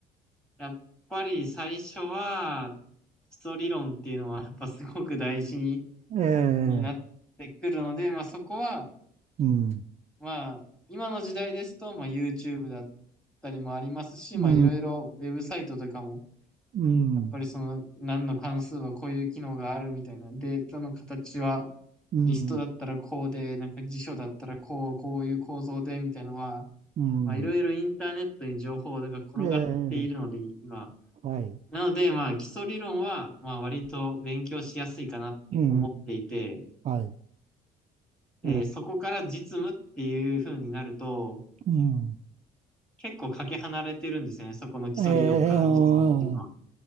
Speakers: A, in the centre; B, on the right.
A: あ、やっぱり最初は、基礎理論っていうのは、やっぱすごく大事
B: ええ、
A: になってくるので、まあそこは、
B: うん、
A: まあ、今の時代ですと、まあ YouTube だったりもありますし、
B: うん、
A: まあいろいろウェブサイトとかも、
B: うん。
A: やっぱりその何の関数はこういう機能があるみたいな、データの形は
B: うん、
A: リストだったらこうで、なんか辞書だったらこう、こういう構造でみたいなのは、
B: うん、
A: まあいろいろインターネットに情報が転がっているので、
B: ええ、
A: 今。
B: はい、
A: なので、まあ基礎理論は、まあ割と勉強しやすいかなって思っていて、
B: うん、はい、
A: で、
B: ええ、
A: そこから実務っていう風になると、
B: うん、
A: 結構かけ離れてるんですよね。そこの基礎理論から実務っていうのは。
B: ええ、あ